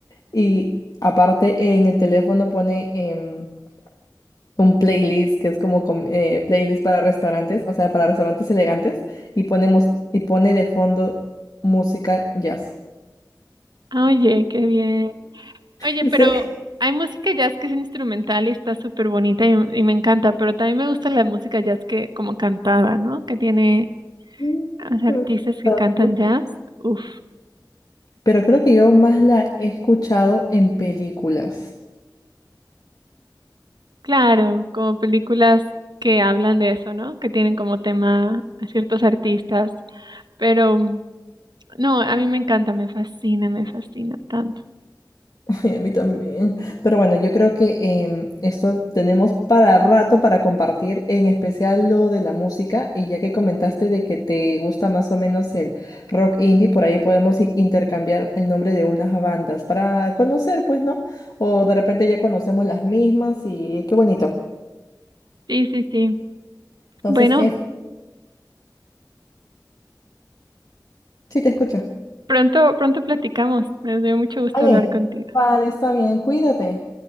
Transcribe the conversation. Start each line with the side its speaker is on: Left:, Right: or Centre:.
Left: y aparte en el teléfono pone em, un playlist que es como com- eh, playlist para restaurantes, o sea, para restaurantes elegantes y ponemos, y pone de fondo música jazz. <laughs>
Right: Ah, Oye, qué bien. Oye,
Left: Sí,
Right: pero hay música jazz que es instrumental y está súper bonita y, y me encanta, pero también me gusta la música jazz que como cantada, ¿no? Que tiene
Left: Mm,
Right: Los artistas
Left: te voy
Right: que
Left: a
Right: cantan
Left: contar
Right: jazz, uff,
Left: Pero creo que yo más la he escuchado en películas.
Right: claro, como películas que hablan de eso, ¿no? Que tienen como tema a ciertos artistas, pero mm, no, a mí me encanta, me fascina, me fascina tanto.
Left: <laughs> Ay, a mí también. Pero bueno, yo creo que em, esto tenemos para rato para compartir, en especial lo de la música. Y ya que comentaste de que te gusta más o menos el rock indie, por ahí podemos i- intercambiar el nombre de unas bandas para conocer, pues, ¿no? O de repente ya conocemos las mismas y qué bonito.
Right: Sí, sí, sí.
Left: Entonces,
Right: Bueno,
Left: es, sí te escucho.
Right: pronto, pronto platicamos. Me dio mucho gusto
Left: Vale,
Right: hablar contigo.
Left: vale, está bien, cuídate.